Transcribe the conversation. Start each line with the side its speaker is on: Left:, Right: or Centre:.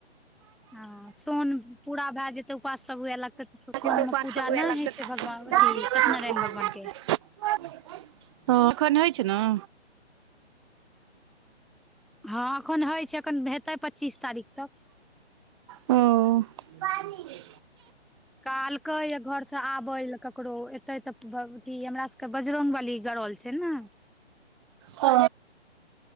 Centre: हँ सौन पूरा भए जेतै उपास सभ हुए लगतै। तऽ
Right: पुजा
Centre: सोन
Right: पाठ
Centre: मे पूजा
Right: सब हुए
Centre: नहि
Right: लगतै
Centre: होइ छै
Right: तऽ
Centre: भगवान
Right: दादी
Centre: अथी सत्यनारायण
Right: माँ
Centre: भगवान के
Right: तऽ अखन होइ छैय नऽ।
Centre: हँ अखन होइ छैय अखन हेतै पच्चीस तारीख तक।
Right: <inaudible> हूँ पानी।
Centre: कहलके ये घर से आबे ल ककरो एते ते अथी हमरा सब के बजरंग बली गरल छैय। छैय ने।
Right: अ